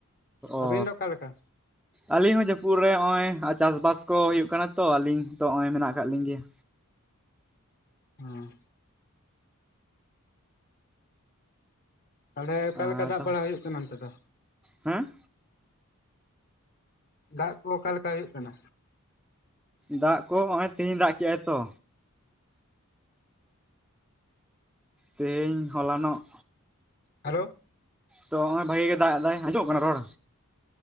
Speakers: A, on the left; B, in the centre.
A: ᱟᱹᱵᱤᱱ
B: ᱚᱻ
A: ᱫᱚ ᱚᱠᱟᱞᱮᱠᱟ
B: ᱟᱹᱞᱤᱧ ᱦᱚᱸ ᱡᱟᱹᱯᱩᱫ ᱨᱮ ᱱᱚᱜ-ᱚᱭ ᱪᱟᱥᱵᱟᱥ ᱠᱚ ᱦᱩᱭᱩᱜ ᱠᱟᱱᱟ ᱛᱚ ᱟᱹᱞᱤᱧ ᱛᱚ ᱱᱚᱜ-ᱚᱭ ᱢᱮᱱᱟᱜ ᱟᱠᱟᱫ ᱞᱤᱧ ᱜᱮᱭᱟ᱾
A: ᱦᱮᱸ᱾ ᱛᱟᱦᱚᱞᱮ ᱚᱠᱟ
B: ᱟᱨ
A: ᱞᱮᱠᱟ ᱫᱟᱜ ᱵᱟᱲᱟ ᱦᱩᱭᱩᱜ ᱠᱟᱱᱟ ᱚᱱᱛᱮ ᱫᱚ?
B: ᱦᱮᱸ᱾
A: ᱫᱟᱜ ᱠᱚ ᱚᱠᱟ ᱞᱮᱠᱟ ᱦᱩᱭᱩᱜ ᱠᱟᱱᱟ?
B: ᱫᱟᱜ ᱠᱚ ᱱᱚᱜᱼᱚᱭ ᱛᱮᱦᱮᱧ ᱫᱟᱜ ᱠᱮᱜᱼᱟᱭ ᱛᱚ᱾ ᱛᱮᱦᱮᱧ ᱦᱚᱞᱟᱱᱚᱜ᱾
A: ᱦᱮᱞᱳ᱾
B: ᱛᱚ ᱱᱚᱜᱼᱚᱭ ᱵᱷᱟᱜᱤ ᱜᱮ ᱫᱟᱜ ᱮᱫᱟᱭ᱾ ᱟᱸᱡᱚᱢᱚᱜ ᱠᱟᱱᱟ ᱨᱚᱲ?